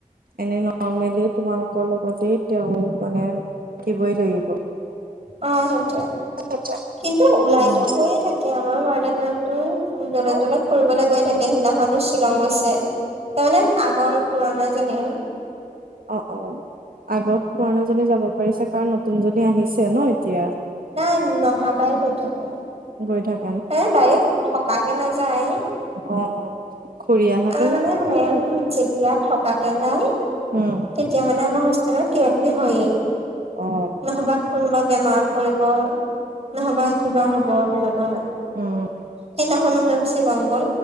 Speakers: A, on the right; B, on the right.
A: এনে নৰ্মেলি, তোমালোকৰ লগতে তেওঁ মানে থাকিবই লাগিব।
B: অ সেইটোৱে
A: <unintelligible>
B: কিন্তু ওলাইতো
A: উম
B: গৈয়ে থাকে, আমাৰ ৱাৰ্ডেন মেমতো জলৈ-
A: অ
B: তলৈ ফু ফুৰিবলৈ গৈ থাকে, সেইদিনাখনো শ্বিলং গৈছে তাৰমানে আগৰ, পুৰণা জনী আৰু।
A: অ, অ, আগৰ পুৰণা জনী যাব পাৰিছে, কাৰণ নতুন জনী আহিছে ন, এতিয়া।
B: নাই, নহা পাই গৈ থাকে।
A: গৈ থাক
B: তাই ডাইৰেক্ট, থকাকে নাযায়।
A: অ অ খুৰী আহাকে
B: আৰু
A: যাব
B: মানে
A: পাৰে
B: মেম যেতিয়া, থকাকে যায়।
A: উমঁ।
B: এতিয়া মানে আমাৰ হোষ্টেলত কিবা কিবি হয়ে।
A: অ
B: নহ'বা কোনোবা বেমাৰত পৰিব। নহ'বা কিবা হ'ব তেনেকুৱা হয়।
A: উম।
B: সেইদিনাখনো মেম শ্বিলং গ'ল।